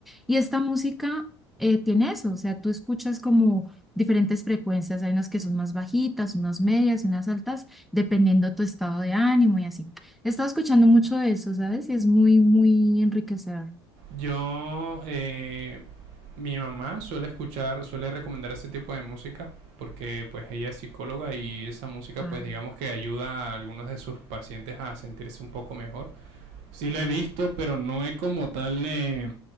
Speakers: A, in the centre; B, on the right.
A: Y esta música eh, tiene eso, o sea, tú escuchas como diferentes frecuencias, hay unas que son más bajitas, unas medias y unas altas, dependiendo tu estado de ánimo y así. He estado escuchando mucho de eso, ¿sabes? Y es muy, muy enriquecedor.
B: Yo, eh, mi mamá suele escuchar, suele recomendar ese tipo de música porque pues ella es psicóloga y esa música
A: Ah,
B: pues digamos que ayuda a algunos de sus pacientes a sentirse un poco mejor. Sí la he visto, pero no he como tal eh,